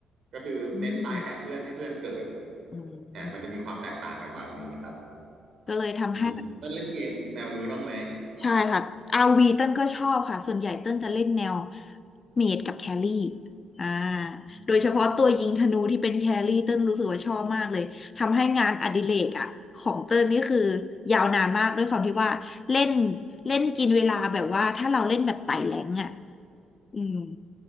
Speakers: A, on the right; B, on the left.
A: ก็คือเน้นตายแทนเพื่อนให้เพื่อนเกิด
B: อืมอืม
A: เนี่ยมันจะมีความแตกต่างกันแบบนี้ครับ
B: ก็เลยทำให้แบบ
A: อืมเพื่อนเล่นเกมแนวนี้บ้างไหม
B: ใช่ค่ะ RV เต้นก็ชอบค่ะส่วนใหญ่เต้นจะเล่นแนวเมจกับแครี่อ่า
A: อื
B: โดยเฉพาะตัวยิงธนูที่เป็นแครี่เต้นรู้สึกว่าชอบมากเลยทำให้งานอดิเรกอ่ะของเต้นนี่คือ
A: ม
B: ยาวนานมากด้วยความที่ว่าเล่นเล่นกินเวลาแบบว่าถ้าเราเล่นแบบไต่แรงอ่ะอืม